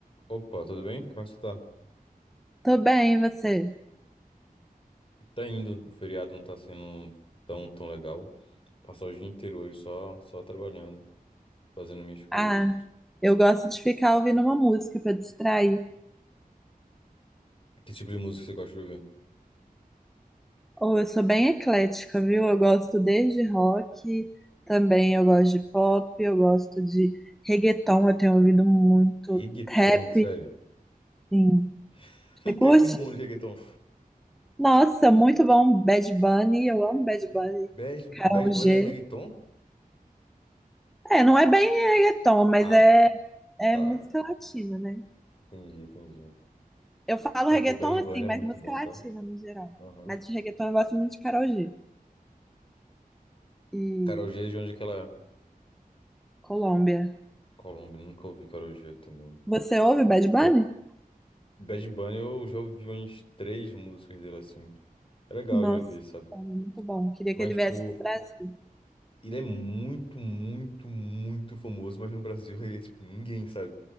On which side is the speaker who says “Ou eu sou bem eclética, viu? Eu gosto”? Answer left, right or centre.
Centre